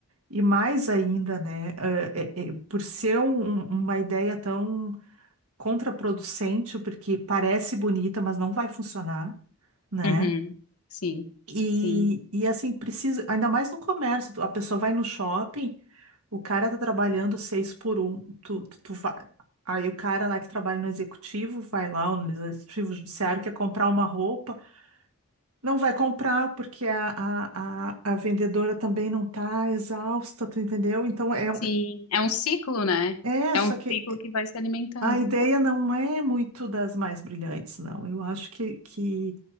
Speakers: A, on the right; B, on the left.
A: e mais ainda, né? eh, eh, eh, por ser um- um, uma ideia tão contraproducente, porque parece bonita, mas não vai funcionar, né?
B: Uhum, Sim,
A: E,
B: sim.
A: e assim, precisa, ainda mais no comércio, tu- a pessoa vai no shopping, o cara tá trabalhando seis por um, tu, tu, tu vai, aí o cara lá que trabalha no executivo vai lá, ou no executivo judiciário, quer comprar uma roupa, não vai comprar porque a, a, a, a vendedora também não tá exausta, tu entendeu? Então é,
B: Sim, é um ciclo, né?
A: é, é
B: É
A: só
B: um
A: que
B: ciclo que vai se alimentando
A: A ideia não é muito das mais brilhantes, não. Eu acho que, que,